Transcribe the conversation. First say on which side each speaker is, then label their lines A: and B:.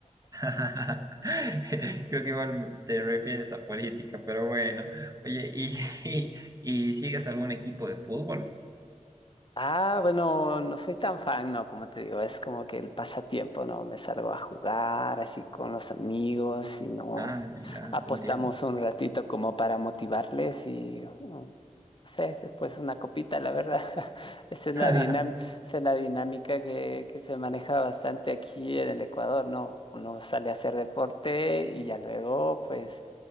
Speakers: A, on the right (about 25°); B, on the left (about 40°).
A: <laughs> Creo que igual te refieres a política, pero bueno. Oye, ¿y, <laughs> y, y sigues algún equipo de fútbol?
B: Ah, bueno, no soy tan fan, ¿no? Como te digo, es como que el pasatiempo, ¿no? Me salgo a jugar así con los amigos y no
A: Ah, ya,
B: apostamos
A: te entiendo.
B: un ratito como para motivarles y, mm, no sé, después una copita, la verdad. <laughs> Esa es la
A: <laughs>
B: dinam- esa es la dinámica que, que se maneja bastante aquí en el Ecuador, ¿no? Uno sale a hacer deporte y ya luego, pues...